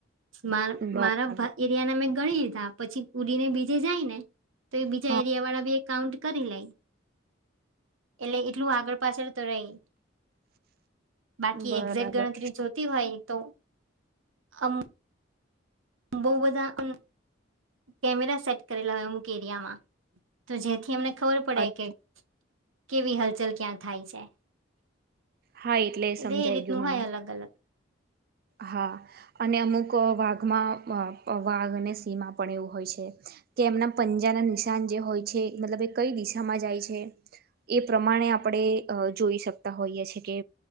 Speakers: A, on the right; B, on the right.
A: મા
B: બરાબર
A: મારા એરિયાના મેં ગણી લીધા પછી ઉડીને બીજે જાય ને તો એ બીજા
B: હા
A: એરિયા વાળાબી કાઉન્ટ કરી લે એટલે એટલું આગળ પાછળ તો રહી બાકી
B: બરાબર
A: એક્ઝેટ ગણતરી જોતી હોય તો અમ બહુ બધા કેમેરા સેટ કરેલા હોય અમુક એરિયામાં તો જેથી એમને ખબર પડે
B: અચ્છા
A: કે કેવી હલચલ ક્યાં થાય છે.
B: હા
A: એટલે
B: સમજાઈ
A: એ રીતનું
B: ગયું મને
A: હોય અલગ અલગ
B: હા અને અમુક વાઘમાં વાઘ અને સિંહ પણ એવું હોય છે કે એમના પંજાના નિશાન જે હોય છે મતલબ એ કઈ દિશામાં જાય છે એ પ્રમાણે આપણે જોઈ શકતા હોઈએ છીએ એ કે